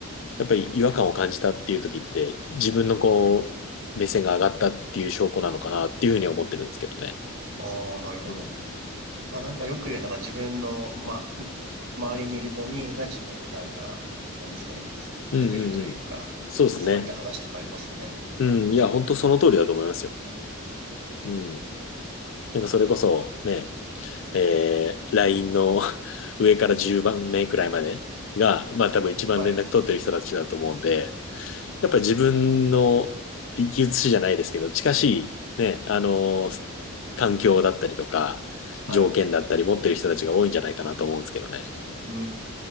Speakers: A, on the left (about 60°); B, on the right (about 70°).
A: やっぱり違和感を感じたっていう時って、自分のこう、目線が上がったっていう証拠なのかなっていうふうには思ってるんですけどね。
B: ああ、なるほど。
A: うん、
B: まあなんかよく言うのが自分の、ま、周りにいる5人が自分のなんか、なんですかね、
A: うんうんうん。
B: レベルというか、
A: そうですね。
B: そういった話とかありますよね。
A: うん。いや、本当その通りだと思いますよ。うん。
B: うんうんうん
A: なんかそれこそ、ね、えー、LINE の <laughs> 上から10番目くらいまでが、まあ多分一番連絡取ってる人たちだと思うんで、
B: はい、
A: やっぱり自分の生き写しじゃないですけど、近しいね、あの、環境だったりとか、
B: はい。
A: 条件だったり持ってる人たちが多いんじゃないかなと思うんですけどね。
B: うー